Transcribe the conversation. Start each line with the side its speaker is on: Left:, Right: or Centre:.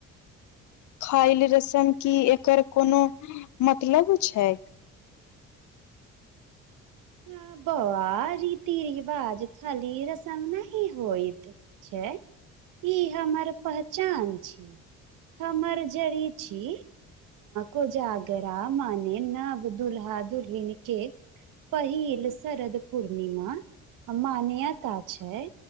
Left: खायल रस्म की एकर कोनो मतलब छै
Right: ह ब‌उआ रीति रिवाज खाली रसम नहि होइत छै ई हमर पहचान छी हमर जड़ी छी कोजाग या माने नब दुल्हा-दुल्हिन के पहिल शरद पूर्णिमा मन्यता छै